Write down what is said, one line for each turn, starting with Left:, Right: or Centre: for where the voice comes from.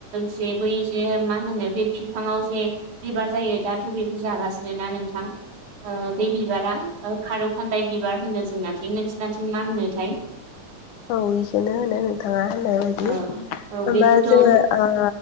Right: जे बै जे मा होनो बे फिफांआव जे बिबार जायो दाथ' बेखौ जागासिनो ना नोंथां बे बिबारा ओ खारौ खान्दाय बिबार होनो जोंनाथिं नोंसिनिथिं मा होनोथाय!
Left: औ बेखौनो होनो नोंथाङा होननाय बायदि।
Right: औ औ
Left: होमबा
Right: बेखौथ'
Left: जोङो
Right: औ
Left: ओ